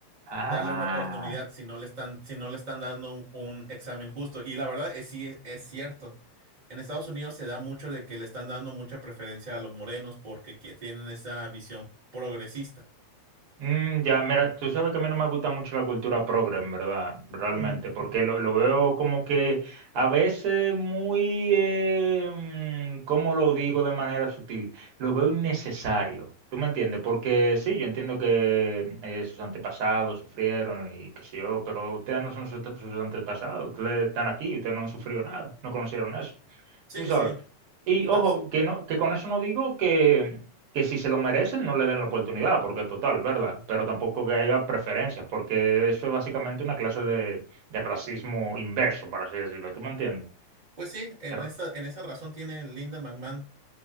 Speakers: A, on the right; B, on the right.
A: Ah.
B: darle una oportunidad si no le están, si no le están dando un, un examen justo. Y la verdad es sí es cierto. En Estados Unidos se da mucho de que le están dando mucha preferencia a los morenos porque que- tienen esa visión progresista.
A: Mm, ya, mira, tú sabes que a mí no me gusta mucho la cultura progre, en verdad, realmente,
B: Ujú,
A: porque
B: ujú.
A: lo, lo veo como que a veces muy, eh, mm, ¿cómo lo digo de manera sutil? Lo veo innecesario, ¿tú me entiendes? Porque sí, yo entiendo que eh, sus antepasados sufrieron y qué sé yo, pero ustedes no son sus, sus antepasados, ustedes están aquí, ustedes no han sufrido nada, no conocieron eso,
B: Sí,
A: tú sabes.
B: sí.
A: Y
B: Entonces,
A: ojo, que, no, que con eso no digo que que si se lo merecen no le den la oportunidad, porque total, ¿verdad? Pero tampoco que haya preferencias, porque eso es básicamente una clase de, de racismo inverso, por así decirlo, ¿tú me entiendes?
B: pues sí, en
A: Pero,
B: esa, en esa razón tiene Linda McMahon